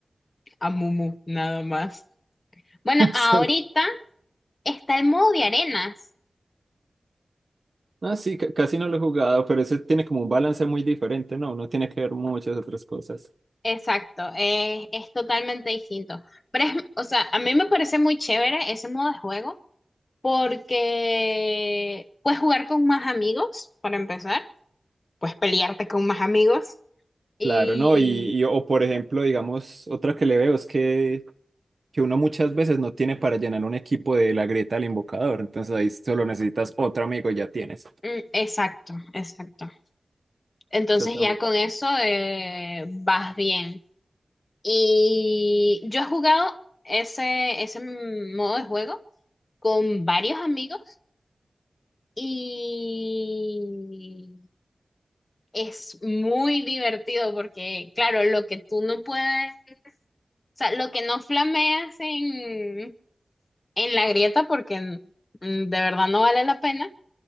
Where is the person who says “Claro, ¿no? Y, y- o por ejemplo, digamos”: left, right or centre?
Right